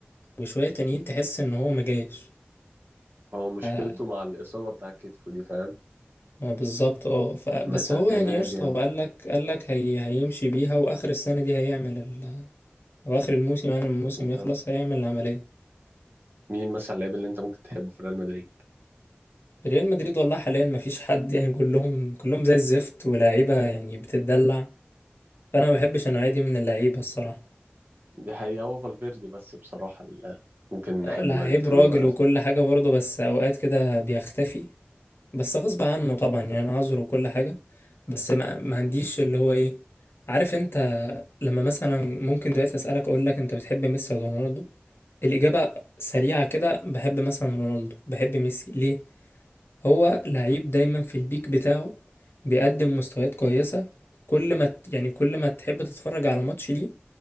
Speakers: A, on the left; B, on the right.
A: وشوية تانيين تحس ان هو ما جاش
B: هو مشكلته
A: ف-
B: مع الإصابة بتاع كتفه دي فاهم
A: ما بالظبط اه ف... بس
B: متقلاه
A: هو يعني قشطة
B: جامد
A: هو قالك قالك هي... هيمشي بيها واخر السنة دي هيعمل ال... او اخر الموسم يعني لما الموسم
B: بالظبط
A: يخلص هيعمل العملية
B: مين مثلا اللعيب اللي انت ممكن تحبه في ريال مدريد
A: في ريال مدريد والله حاليا ما فيش حد يعني كلهم كلهم زي الزفت ولاعيبة يعني بتتدلع فانا ما بحبش النوعية دي من اللعيبة الصراحة
B: دي حقيقة هو فالفيردي بس بصراحة اللي ممكن نحبه
A: لعيب
B: يعني في طول
A: راجل
B: الوقت.
A: وكل حاجة برضه بس أوقات كده بيختفي بس غصب عنه طبعا يعني أنا عذره وكل حاجة بس ما, ما عنديش اللي هو إيه عارف أنت لما مثلا ممكن دلوقتي أسألك أقول لك أنت بتحب ميسي ولا رونالدو الإجابة سريعة كده بحب مثلا رونالدو بحب ميسي ليه هو لعيب دايما في البيك بتاعه بيقدم مستويات كويسة كل ما ت- يعني كل ما تحب تتفرج على ماتش ليه